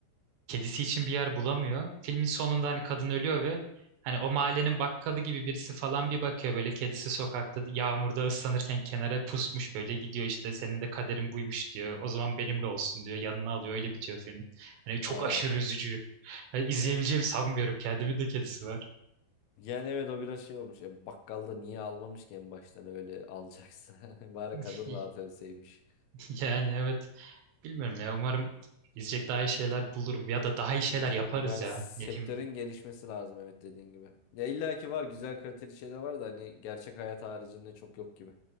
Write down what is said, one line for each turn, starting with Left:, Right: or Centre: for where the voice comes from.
Right: kedisi için bir yer bulamıyor. Filmin sonunda hani kadın ölüyor ve hani o mahallenin bakkalı gibi birisi falan bir bakıyor böyle kedisi sokakta yağmurda ıslanırken kenara pusmuş böyle gidiyor işte senin de kaderin buymuş diyor. O zaman benimle olsun diyor. Yanına alıyor öyle bitiyor film. Hani çok
Left: Aa,
Right: aşırı
Left: <laughs>
Right: üzücü. Yani izleyebileceğimi
Left: evet.
Right: sanmıyorum. Kendimin de kedisi var.
Left: Yani evet o biraz şey olmuş. E, bakkalda niye almamış ki en baştan öyle alacaksa? <laughs> Bari kadın
Right: <laughs>
Left: rahat ölseymiş.
Right: Yani evet. Bilmiyorum ya. Umarım izleyecek daha iyi şeyler bulurum ya da daha iyi
Left: Hmm,
Right: şeyler yaparız
Left: Yani
Right: ya.
Left: sektörün
Right: Ne diyeyim?
Left: gelişmesi lazım evet dediğin gibi. Ya illaki var güzel kaliteli şeyler var da hani gerçek hayat haricinde çok yok gibi.